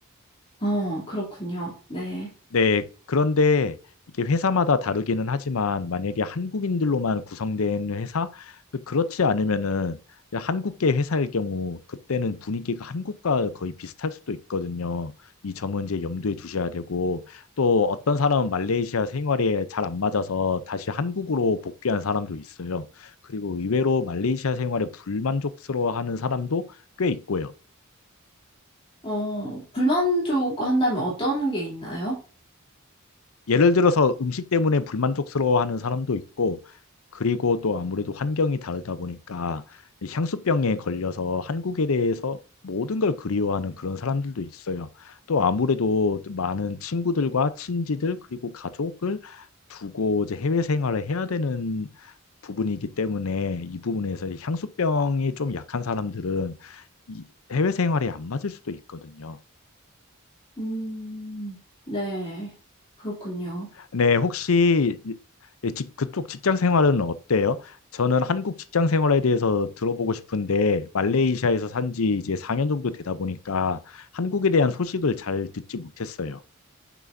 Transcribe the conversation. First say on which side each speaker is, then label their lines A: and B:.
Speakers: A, on the left; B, on the left.
A: 어, 그렇군요. 네.
B: 네, 그런데 이게 회사마다 다르기는 하지만 만약에 한국인들로만 구성된 회사, 그 그렇지 않으면은 이제 한국계 회사일 경우 그때는 분위기가 한국과 거의 비슷할 수도 있거든요. 이 점은 이제 염두에 두셔야 되고 또 어떤 사람은 말레이시아 생활에 잘 안 맞아서 다시 한국으로 복귀한 사람도 있어요. 그리고 의외로 말레이시아 생활에 불만족스러워하는 사람도 꽤 있고요.
A: 어, 불만족 한다면 어떤 게 있나요?
B: 예를 들어서 음식 때문에 불만족스러워하는 사람도 있고 그리고 또 아무래도 환경이 다르다 보니까 이 향수병에 걸려서 한국에 대해서 모든 걸 그리워하는 그런 사람들도 있어요. 또 아무래도 많은 친구들과 친지들 그리고 가족을 두고 이제 해외 생활을 해야 되는 부분이기 때문에 이 부분에서 이 향수병이 좀 약한 사람들은 이 해외 생활에 안 맞을 수도 있거든요.
A: 음, 네. 그렇군요.
B: 네, 혹시 직- 그쪽 직장 생활은 어때요? 저는 한국 직장 생활에 대해서 들어보고 싶은데, 말레이시아에서 산지 이제 4년 정도 되다 보니까 한국에 대한 소식을 잘 듣지 못했어요.